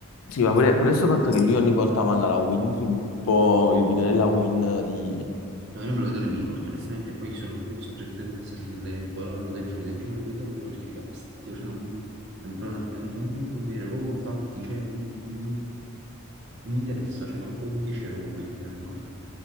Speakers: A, on the left; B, on the right.
A: Sì, ma pure, pure questo fatto che lui ogni volta manda la win sul gruppo, il video della win di...
B: No, io non me lo vedo nemmeno, perché onestamente poi sono proprio un soggetto che mi fa sentire un po' la ruta, eccetera. Invece non lo vedo proprio perché mi dà fastidio, cioè non- è un, è un mondo in cui non vedo proprio contatti, cioè non, non mi non mi interessa, cioè manco il 10 euro voglio mettere ormai.